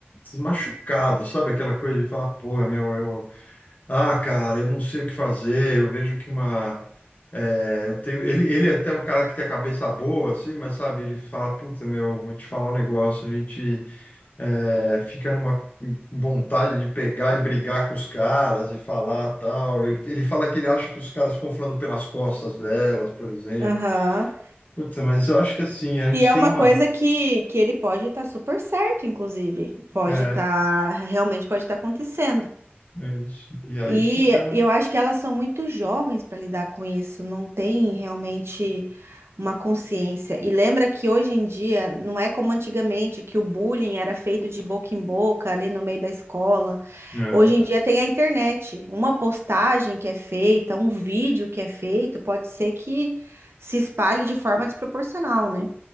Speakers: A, on the left; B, on the right.
A: machucado, sabe? Aquela coisa de falar, pô, meu, eu, ah, cara, eu não sei o que fazer, eu vejo que uma. é, eu tenho, ele, ele é até um cara que tem a cabeça boa, assim, mas sabe, ele fala, puta, meu, vou te falar um negócio, a gente é, fica numa vontade de pegar e brigar com os caras e falar tal. Ele, ele fala que ele acha que os caras ficam falando pelas costas delas, por exemplo.
B: Aham.
A: Puta, mas eu acho que assim, a
B: E
A: gente
B: é
A: tem
B: uma
A: uma.
B: coisa que, que ele pode estar super certo, inclusive. Pode
A: É,
B: estar, realmente pode estar acontecendo.
A: é isso. e aí
B: E,
A: fica.
B: e eu acho que elas são muito jovens para lidar com isso, não tem realmente uma consciência. E lembra que hoje em dia não é como antigamente, que o bullying era feito de boca em boca ali no meio da escola.
A: né?
B: Hoje em dia tem a internet. Uma postagem que é feita, um vídeo que é feito, pode ser que se espalhe de forma desproporcional, né?